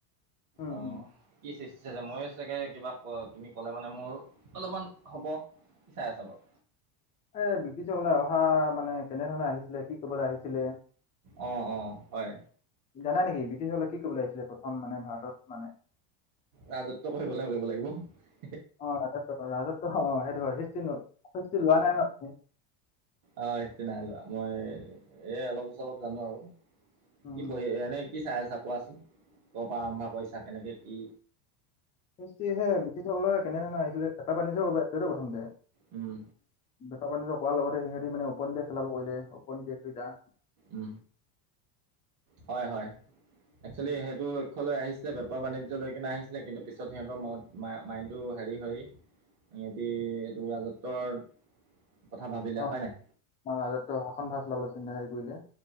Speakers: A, on the left; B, on the right.
A: উম,
B: অ',
A: উম।
B: কি মই চাগে, কিবা ক, তুমি ক'লে মানে মোৰ অলপমান হ'ব। কি চাই আছ বাৰু।
A: এ, ব্ৰিটিছকলে অহা মানে, কেনেধৰণে আহিছিলে কি কবলৈ আহিছিলে।
B: অ', অ', হয়।
A: জানা নেকি, ব্ৰিটিছকলে কি কবলৈ আহিছিলে প্ৰথম মানে ভাৰতত মানে।
B: ৰাজত্ব কৰিবলৈ ক'ব লাগিব।
A: অ, ৰাজ, ৰাজত্ব অ, সেইটো সষ্টি, সষ্টি লোৱা নাই, ন, ত
B: অ, ই্ত নাই লোৱা মই এ, অলপ চলপ জানো আৰু।
A: উম,
B: কি পঢ়ি, এনে, কি চাই আচা? কোৱাচোন, ক'ৰ পৰা আৰম্ভ কৰিছা, কেনেকৈ কি
A: <unintelligible> কেনেধৰণ আহছিলেপা পানীল প্ৰথমতে
B: উম।
A: নিজৰ কৰাৰ লগতে সিহঁ মে, অপনে খেলাব কৰিলে, অপন বে কেইটা
B: উ, হয়, হয় একচেলি
A: উম,
B: সেইটো লষ্য লৈ আহিছে। ছিল বেপাৰ বাণিজ্য লৈ কিনে আহিছিলে, কিন্তু পিছত সিহঁতৰ ম, মাইটো হেৰি হৈ। সিহতি এইটো ৰাজত্বৰ কথা ভাবিলে
A: অ,
B: হয় নাই?
A: ৰাজত শাসন ভাত ললাবলৈ চিন্তা হেৰি কৰিলে।